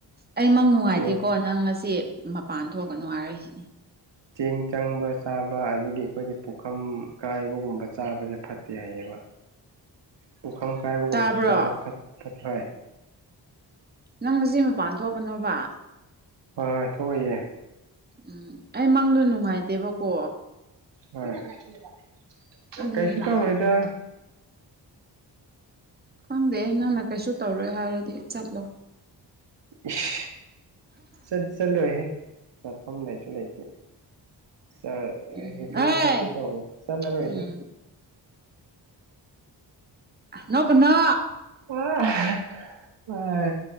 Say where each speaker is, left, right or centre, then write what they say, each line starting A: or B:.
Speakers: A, on the right (about 20°); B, on the right (about 70°).
A: ꯑꯩ ꯃꯪ ꯅꯨꯡꯉꯥꯏꯇꯦꯀꯣ
B: ꯆꯦꯡ
A: ꯅꯪ ꯉꯁꯤ ꯃꯄꯥꯟ ꯊꯣꯛꯀꯅꯨ ꯍꯥꯏꯔꯤꯁꯤꯅꯤ
B: ꯆꯦꯡ ꯆꯪꯕ ꯆꯥꯕ ꯑꯗꯒꯤ ꯑꯩꯈꯣꯏꯒꯤ ꯄꯨꯈꯝ ꯀꯥꯏꯕꯒꯨꯝꯕ ꯆꯥꯕꯁꯦ ꯐꯠꯇꯦ ꯍꯥꯏꯌꯦꯕ ꯄꯨꯈꯝ ꯀꯥꯏꯕꯒꯨꯝꯕꯁꯨ
A: ꯇꯥꯕ꯭ꯔꯣ
B: ꯆꯥꯕ ꯐꯠ ꯐꯠꯇꯦ ꯍꯥꯏ
A: ꯅꯪ ꯉꯁꯤ ꯃꯄꯥꯟ ꯊꯣꯛꯀꯅꯣꯕ
B: ꯍꯣꯏ ꯍꯣꯏ ꯊꯣꯛꯑꯣꯏꯌꯦ
A: ꯎꯝ ꯑꯩ ꯃꯪꯗꯣ ꯅꯨꯡꯉꯥꯏꯇꯦꯕꯀꯣ
B: ꯍꯣꯏ ꯀꯩꯁꯨ
A: ꯑꯗꯨꯒꯤꯅꯦꯗ
B: ꯀꯩꯁꯨ ꯇꯧꯔꯣꯏꯗ
A: ꯈꯪꯗꯦ ꯅꯪꯅ ꯀꯩꯁꯨ ꯇꯧꯔꯣꯏ ꯍꯥꯏꯔꯗꯤ ꯆꯠꯂꯣ
B: ꯏꯁ ꯆꯠ ꯆꯠꯂꯣꯏꯍꯦ ꯆꯠꯐꯝ ꯂꯩꯁꯨ ꯂꯩꯇꯦ ꯆꯔ
A: ꯎꯝ
B: ꯍ <unintelligible> ꯇꯧꯔꯁꯨ
A: ꯑꯦ
B: ꯆꯠꯂ ꯔꯣꯏꯗ
A: ꯎꯝ ꯑꯥ ꯅꯣꯛꯀꯥꯅꯣ
B: <unintelligible>